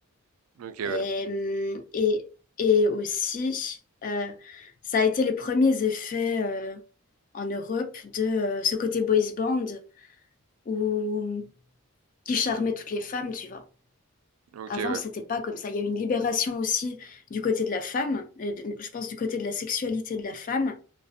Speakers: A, on the right (about 85°); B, on the left (about 40°).
A: Ok, ouais.
B: Et, et, et aussi, euh, ça a été les premiers effets euh, en Europe de euh, ce côté boys band où, qui charmait toutes les femmes, tu vois.
A: Ok,
B: Avant,
A: ouais.
B: c'était pas comme ça. Il y a eu une libération aussi du côté de la femme, et de- je pense du côté de la sexualité de la femme,